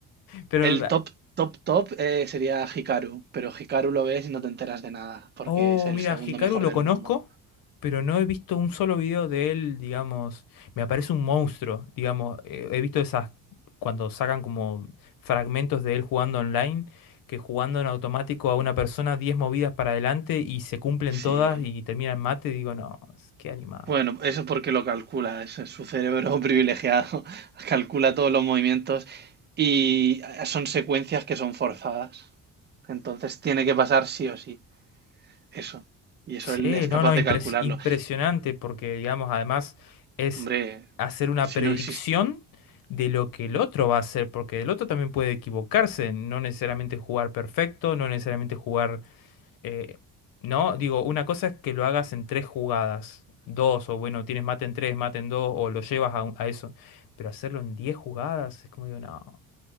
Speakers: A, on the left; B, on the right.
A: Pero
B: el top, top, top eh, sería Hikaru, pero Hikaru lo ves y no te enteras de nada, porque
A: Oh,
B: es el
A: mira,
B: segundo
A: Hikaru
B: mejor
A: lo
B: del
A: conozco,
B: mundo.
A: pero no he visto un solo video de él, digamos. Me aparece un monstruo, digamos. eh, He visto esas, cuando sacan como fragmentos de él jugando online, que jugando en automático a una persona 10 movidas para adelante y se cumplen todas
B: Sí,
A: y termina en mate, digo, no, es- qué animal.
B: Bueno, eso porque lo calcula, es- es su cerebro <laughs> privilegiado <laughs> calcula todos los movimientos y eh, son secuencias que son forzadas. Entonces tiene que pasar sí o sí, eso. Y eso
A: Sí,
B: él es capaz
A: no, no,
B: de
A: impres-
B: calcularlo.
A: impresionante porque, digamos, además es
B: Hombre,
A: hacer una
B: si
A: predicción
B: no existe,
A: de lo que el otro va a hacer, porque el otro también puede equivocarse, no necesariamente jugar perfecto, no necesariamente jugar, eh, no, digo, una cosa es que lo hagas en tres jugadas, dos, o bueno, tienes mate en tres, mate en dos, o lo llevas a, un- a eso, pero hacerlo en diez jugadas es como digo, no,